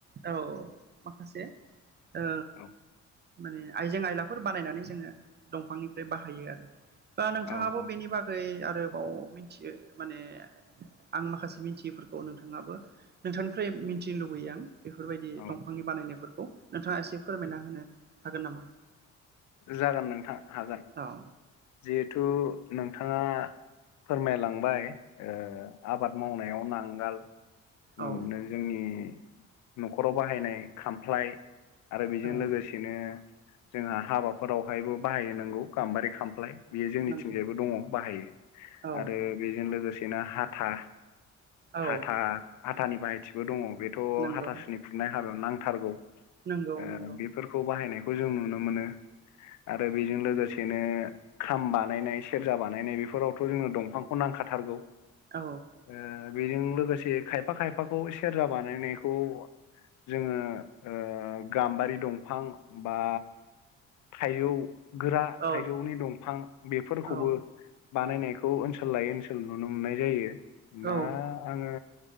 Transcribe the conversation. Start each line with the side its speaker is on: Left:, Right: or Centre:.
Right: औ माखासे ओ
Left: औ
Right: माने आइजें आइलाफोर बानायनानै जोङो दंफांनिफ्राय बाहायो आरो बा नोंथ
Left: औ
Right: थाङाबो
Left: औ
Right: बेनि बागै आरोबाव मिन्थियो माने आं माखासे मिन्थियिफोरखौ नोंथां ङाबो नोंथांनिफ्राय मिन्थिनो लुबैयो आं। बेफोरबायदि
Left: औ
Right: दंफांनि बानायनायफोरखौ नोंथाङा एसे फोरमायना होनो हागोन नामा।
Left: जागोन नोंथां हागोन
Right: औ
Left: जिहेथु नोंथाङा फोरमायलांबाय ओ आबाद मावनायाव नांगाल उम
Right: औ
Left: नों जोंनि न'खराव बाहायनाय खाम। ख्लाय आरो बिजों
Right: औ
Left: लोगोसेनो जोंहा हाबाफोरावहायबो बाहायो नोंगौ गाम्बारि खामफ्लाय। बेयो जोंनिथिंजायबो
Right: नंगौ
Left: दङ' बाहायो
Right: औ
Left: आरो बेजों लोगोसेनो हाथा।
Right: औ
Left: हाथा हाथानि बाहायथिबो दङ' बेथ'
Right: नंगौ
Left: हाथासुनि खुरनाय हाबायाव नांथारगौ। ओ
Right: नंगौ नंगौ
Left: बेफोरखौ बाहायनायखौ जों नुनो मोनो। आरो बेजों लोगोसेनो खाम बानायनाय सेरजा बानायनाय बेफोरावथ' जोंनो दंफांखौ नांखाथारगौ।
Right: औ।
Left: ओ बेजों लोगोसे खायफा खायफाखौ सेरजा बानायनायखौ जोङो ओ गाम्बारि दंफां बा थाइजौ गोरा
Right: औ
Left: थाइजौनि दंफां बेफोरखौबो
Right: औ
Left: बानायनायख खौ ओनसोल लायै ओनसोल नुनो मोन्नाय जायो दा
Right: औ
Left: आङो